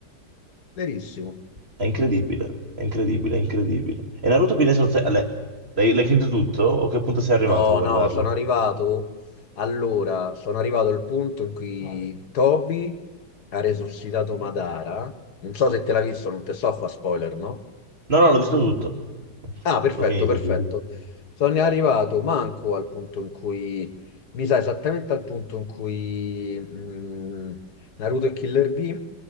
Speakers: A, on the left; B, on the right.
A: verissimo.
B: È incredibile, è incredibile, è incredibile. E Naruto quindi è solo se- l'hai l'hai- l'hai finito tutto? O che punto sei arrivato
A: No,
B: a guardarlo?
A: no, sono arrivato. Allora, sono arrivato al punto in cui Toby ha resuscitato Madara. Non so se te l'ha visto, non te so fa spoiler, no?
B: No, no, l'ho visto tutto.
A: Ah, perfetto,
B: L'ho finito,
A: perfetto.
B: sì, sì, sì.
A: Sono arrivato manco al punto in cui, mi sa esattamente al punto in cui mh, Naruto e Killer Bee